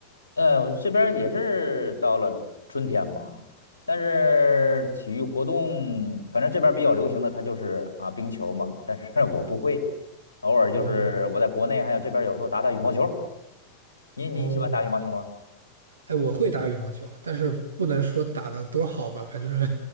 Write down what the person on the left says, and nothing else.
呃，我这边儿也是到了春天嘛，但是体育活动，反正这边儿比较流行的，它就是啊冰球嘛，但是 <laughs> 我不会，偶尔就是我在国内还有这边儿有时候打打羽毛球。
您您喜欢打羽毛球吗？